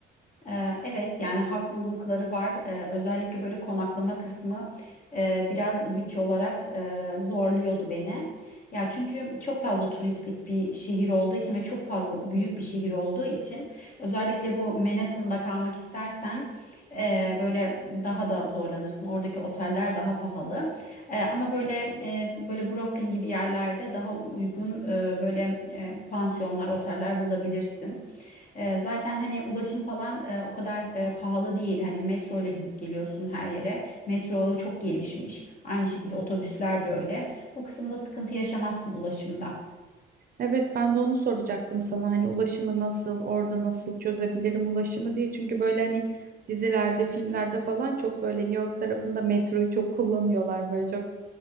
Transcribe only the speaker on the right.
Evet ben de onu soracaktım sana hani ulaşımı nasıl orada nasıl çözebilirim ulaşımı diye çünkü böyle hani dizilerde filmlerde falan çok böyle New York tarafında metroyu çok kullanıyorlar böyle çok